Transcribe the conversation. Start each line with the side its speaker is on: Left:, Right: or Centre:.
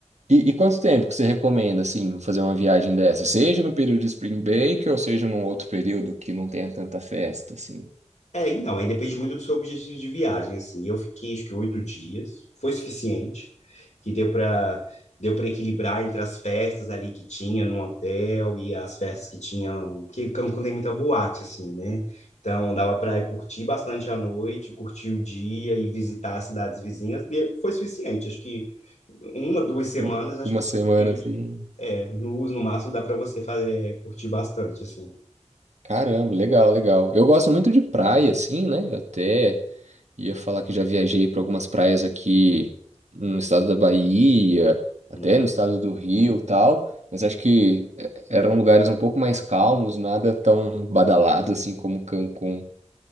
Right: e, e quanto tempo que você recomenda, assim, fazer uma viagem dessa? Seja no período de Spring Break ou seja num outro período que não tenha tanta festa, assim?
Left: É, então, aí depende muito do seu objetivo de viagem, assim. Eu fiquei, acho que oito dias, foi suficiente, que deu para deu para equilibrar entre as festas ali que tinha no hotel e as festas que tinham, que Cancún tem muita boate, assim, né? Então, dava para curtir bastante a noite, curtir o dia e visitar as cidades vizinhas, de- foi suficiente. Acho que uma, duas semanas,
Right: U-
Left: acho
Right: Uma
Left: que é suficiente.
Right: semana, assim.
Left: É, no, no máximo dá para você fazer, curtir bastante, assim.
Right: Caramba, legal, legal. Eu gosto muito de praia, assim, né? Até. Ia falar que já viajei para algumas praias aqui no estado da Bahia, até
Left: um
Right: no estado do Rio, e tal, mas acho que eh, eram lugares um pouco mais calmos, nada tão badalado assim como Cancún.